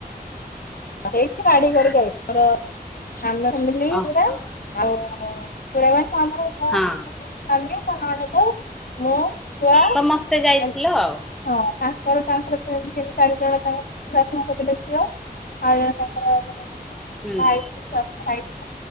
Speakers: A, on the left; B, in the centre.
A: ଏଇଠି ଗାଡି
B: ହଁ
A: କରିକି ଆଇଲୁ। ଆମର ଫ୍ୟାମିଲୀ
B: ଓହୋ।
A: ପୁରା। ଆଉ ପୁରା ବାଣୀ ତ ଆମର ଘ
B: ହଁ।
A: ସ୍ଵାମୀ ମୋ ନଣନ୍ଦ ମୁ ଛୁଆ ମାନେ
B: ସମସ୍ତେ ଯାଇଥିଲ ଆଉ
A: ହଁ ତାଙ୍କର ତାଙ୍କର ତିନି ତିନ ଚାରି ଜଣ ତାଙ୍କ ଶାଶୁଙ୍କ ତିନିଟା ଝିଅ। ଆଉ ଜଣେ ତାଙ୍କର ଜଣେ
B: ହୁଁ।
A: ଭାଇ <unintelligible> ଭାଇ